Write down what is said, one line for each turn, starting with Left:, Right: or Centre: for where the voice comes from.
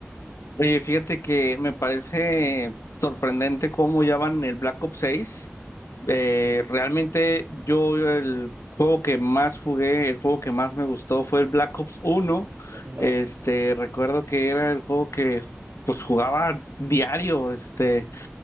Left: Oye, fíjate que me parece sorprendente cómo ya van en el Black Ops 6. Eh, realmente yo el juego que más jugué, el juego que más me gustó fue el Black Ops 1.
Right: De Black
Left: Este,
Right: Ops.
Left: recuerdo que era el juego que pues jugaba diario. Este,